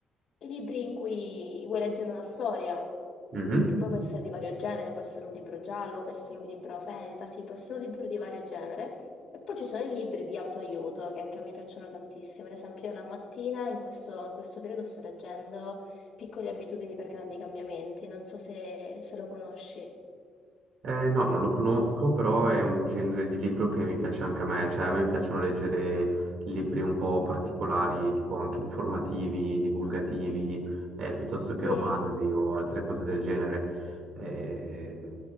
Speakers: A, on the left; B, on the right.
A: i libri in cui vuoi leggere una storia,
B: Mhm.
A: che poi può essere di vario genere, può essere un libro giallo, può essere un libro fantasy, può essere un libro di vario genere. E poi ci sono i libri di autoaiuto che anche a me piacciono tantissimo. Ad esempio, io la mattina in questo, in questo periodo sto leggendo Piccole abitudini per grandi cambiamenti. Non so se, se lo conosci.
B: Eh, no, non lo conosco, però è un genere di libro che mi piace anche a me, cioè a me piacciono leggere libri un po' particolari, tipo anche informativi, divulgativi, eh, piuttosto
A: Sì.
B: che romanzi o altre cose del genere. Eh,